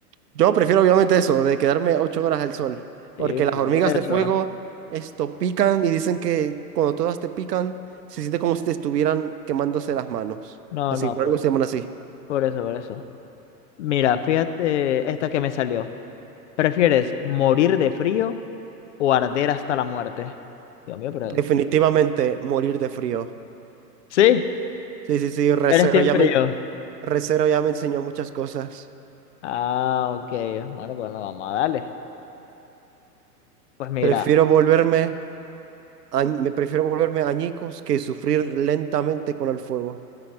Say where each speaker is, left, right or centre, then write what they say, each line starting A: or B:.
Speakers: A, on the right (about 70°); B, on the left (about 45°).
A: Yo prefiero obviamente eso, de quedarme ocho horas al sol,
B: Sí,
A: porque las
B: por
A: hormigas
B: eso.
A: de fuego, esto, pican y dicen que cuando todas te pican, se siente como si te estuvieran quemándose las manos.
B: No,
A: Así,
B: no,
A: por
B: por,
A: algo se llaman así.
B: por eso, por eso. Mira, fíjate esta que me salió. ¿Prefieres morir de frío o arder hasta la muerte? Dios mío, pero...
A: Definitivamente morir de frío.
B: Sí,
A: Sí, sí, sí, Recero
B: eres team
A: ya
B: frío.
A: me, Recero ya me enseñó muchas cosas.
B: Ah, ok. Bueno, bueno, vamos a darle. Pues mira,
A: Prefiero volverme, a- me prefiero volverme añicos que sufrir lentamente con el fuego,